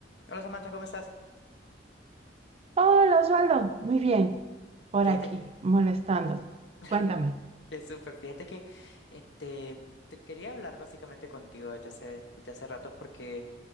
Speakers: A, on the left; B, on the right.
A: Hola Samantha, ¿cómo estás?
B: Hola Osvaldo, muy bien, por
A: Fíjate,
B: aquí, molestando.
A: <laughs>
B: Cuéntame.
A: que súper, fíjate que eh, te, te quería hablar básicamente contigo desde hace, desde hace ratos porque